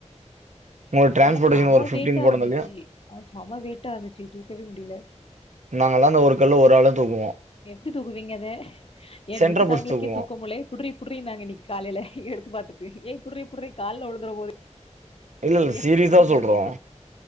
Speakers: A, on the right (about 75°); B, on the left (about 50°).
A: உங்களுக்கு டிரான்ஸ்போர்டேஷன்
B: ஆனா சம
A: ஒரு ஃபிப்டின்
B: வெயிட்டா
A: போட்டதுலயு
B: இருந்துச்சு ஆ சம வெயிட்டா இருந்துச்சு தூக்கவே முடில
A: நாங்கலா அந்த ஒரு கல்ல ஒரு ஆள தூக்குவோ
B: எப்டி தூக்குவீங்க அத ஏ
A: சென்ட்ரா
B: வீட்டுக்காரங்களுக்கே
A: புடிச்சு தூக்குவோ
B: தூக்க முடில ப்டி புடுரி நாங்க இன்னைக்கு காலேல எடுத்து பாத்துட்டு ஏ புடுரி புடுரி கால உழுந்துறபோது
A: இல்ல இல்ல
B: யோ
A: சீரியஸா
B: அப்டினாங்க
A: சொல்றோ